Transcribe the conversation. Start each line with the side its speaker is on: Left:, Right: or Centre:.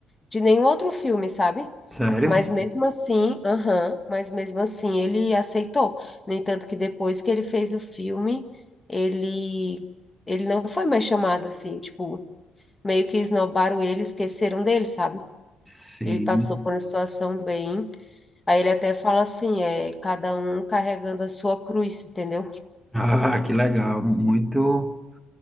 Left: de nenhum outro filme, sabe?
Centre: sério?
Left: Mas mesmo assim, aham, mas mesmo assim ele aceitou. No entanto, que depois que ele fez o filme, ele ele não foi mais chamado assim, tipo, meio que esnobaram ele, esqueceram dele, sabe?
Centre: Sim.
Left: Ele passou por uma situação bem. Aí ele até fala assim, é cada um carregando a sua cruz, entendeu?
Centre: Ah, que legal, muito.